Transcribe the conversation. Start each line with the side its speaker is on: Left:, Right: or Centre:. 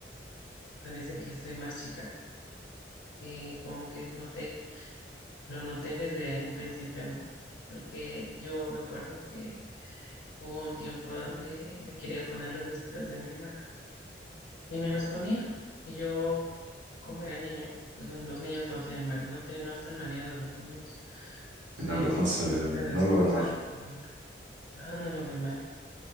Left: o sea, desde que estoy más chica, eh, como que noté, lo noté desde un principio, ¿no? Porque yo me acuerdo que hubo un tiempo donde me quería poner los vestidos de mi hermana y me los ponía y yo, como era niña, pues un- los niños no tienen mal, no tienen, no están maleados los niños, o
Right: Que
Left: sea,
Right: No
Left: ellos
Right: lo, no
Left: simplemente
Right: se,
Left: hacen
Right: no
Left: las
Right: lo
Left: cosas
Right: ven mal.
Left: por, ajá, no lo ven mal.